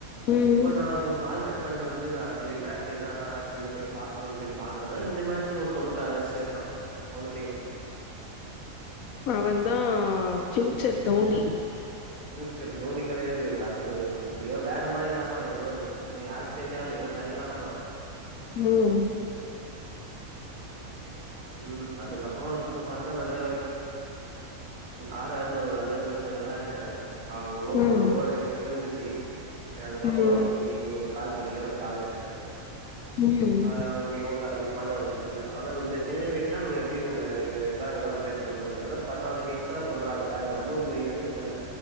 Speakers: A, on the left (about 75°); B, on the right (about 85°).
A: ம்
B: இப்ப நான் அது கால் கட் பண் ணிட்டு வந்து நான் செரி மேட்ச என்னதாச்சுன்னு போய் பாக்கலானு போய் பாக்குறேன் இந்த மேட்ச் ஒரு தொண்ணுதாறு <unintelligible> இருக்கான் அவ்வளவு செய்யிறோம்
A: அவன் தா பியூச்சர் தோனி
B: பியூச்சர் தோனி கிடையாது இ அதுக்கும் இவன் வேற மாதிரி வறான் இவன் இவன் யாரு ஸ்டைலயு ஆடுல தனிய ஆர்றா
A: ம்
B: ம் அதுக்கப்புறம் இப்ப போய் பார்த்தா நல்ல ஆறு ஆறு நல்ல பொ <unintelligible> நல்லாதா இருக்காங்க அவங்க ஒன்னொரு
A: ம்
B: ஒரு ஓர் இருந்துச்சு செரி அதுக்கப்புறம்
A: ம்
B: செரி நீங்க கால் பண்ணீங்க நான் கால் எடுத்தே
A: ம்
B: அது எவள ஆ <unintelligible> பண்ணவங்களுக்கு தெரியல ஆனா இந்த சின்ன வயசுலா எப்டி ஒரு ரெக்கார்டுலாம் பிரேக் பண்றதுங்கற பதுனாலு வயசு <unintelligible> சொல்றாங்க அது நம்ப முடியுதானே தெரியல